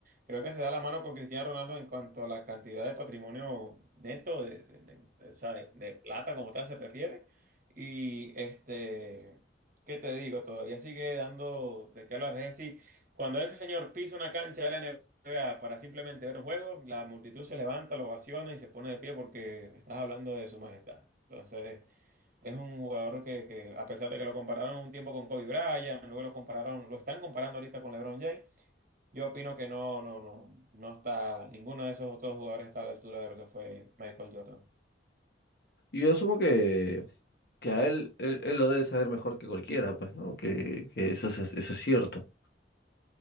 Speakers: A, on the right (about 45°); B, on the left (about 55°).
A: Creo que se da la mano con Cristiano Ronaldo en cuanto a la cantidad de patrimonio neto, de, de- de- de- o sea, de, de plata como tal se refiere. Y este, ¿qué te digo? Todavía sigue dando de qué hablar. Es decir, cuando ese señor pisa una cancha de la NBA para simplemente ver un juego, la multitud se levanta, lo ovaciona y se pone de pie porque estás hablando de su majestad. Entonces, es un jugador que, que a pesar de que lo compararon un tiempo con Kobe Bryant, luego lo compararon, lo están comparando ahorita con LeBron James. Yo opino que no, no, no, no está, ninguno de esos otros jugadores está a la altura de lo que fue Michael Jordan.
B: Yo asumo que, que a él, él, él lo debe saber mejor que cualquiera, pues, ¿no? Que, que eso es, eso es cierto.